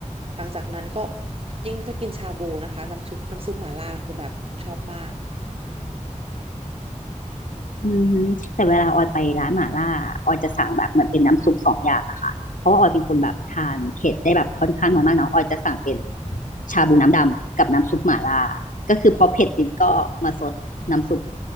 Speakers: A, on the right; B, on the left.
A: หลังจากนั้นก็ยิ่งถ้ากินชาบูนะคะน้ำซุปน้ำซุปหม่าล่าคือแบบชอบมาก
B: อืมฮึแต่เวลาออยไปร้านหม่าล่าออยจะสั่งแบบเหมือนเป็นน้ำซุปสองอย่างอะค่ะเพราะว่าออยเป็นคนแบบทานเผ็ดได้แบบค่อนข้างน้อยมากเนาะออยจะสั่งเป็นชาบูน้ำดำกับน้ำซุปหม่าล่าก็คือพอเผ็ดนิดก็มาซดน้ำซุป